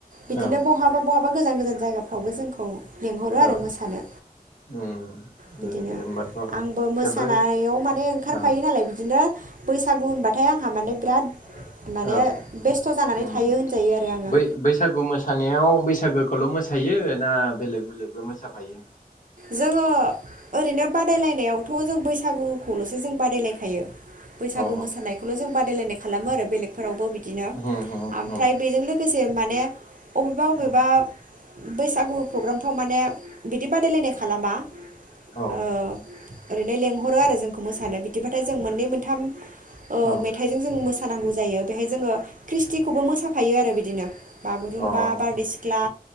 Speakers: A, on the right; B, on the left.
A: बिदिनो
B: औ
A: बहाबा बहाबा गोजान गोजान जायगाफ्रावबो जोंखौ लिंहरो आरो
B: औ
A: मोसानो
B: उम
A: बिदिनो
B: दे दे होमबाथ'
A: आंबो मोसानायाव
B: जोबोद
A: माने ओंखारफायो
B: औ
A: नालाय बिदिनो बैसागु होनबाथाय आंहा
B: <unintelligible>
A: माने बिराद माने
B: औै
A: बेस्थ' जानानै
B: उम
A: थायो होनजायो आरो आङो
B: बै बैसागु मोसानायाव बैसागो खौल' मोसायो ना बेलेग बेलेगबो मोसाफायो?
A: जोङो ओरैनो बादायलायनायावथ' जों बैस सागुखौल'सो जों बादायलायखायो। बैसागु
B: अ
A: मोसानायखौल' जों बादायलायनाय खालामो आरो बेलेग फोरावबो बिदिनो
B: होम होम
A: आमफ्राय
B: होम
A: बेजों लोगोस <unintelligible> माने अबेबा अबेबा
B: होम
A: बैसागु प्रग्रामथाव माने बिदि बादायलायनायख खालामा
B: औ
A: ओ ओरैनो लेंहरो आरो जोंखौ मोसानो बिदिबाथाय जों मोननै मोनथाम अ
B: औ
A: मेथाइजों जों मो मोसानांगौ जायो बेहाय जोङो ख्रीष्टि खौबो मोसाफायो आरो बिदिनो बागुरुम्बा
B: अ
A: बारदै सिख्ला